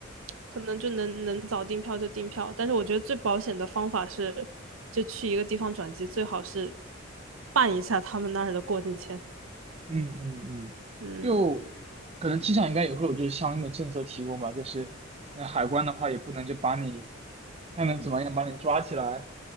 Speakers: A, on the right; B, on the right.
A: 可能就能能早订票就订票，但是我觉得最保险的方法是，就去一个地方转机，最好是办一下他们那儿的过境签。
B: 嗯嗯嗯，
A: 嗯。
B: 就可能机场应该也会有就是相应的政策提供吧，就是那海关的话也不能就把你，那能怎么样把你抓起来。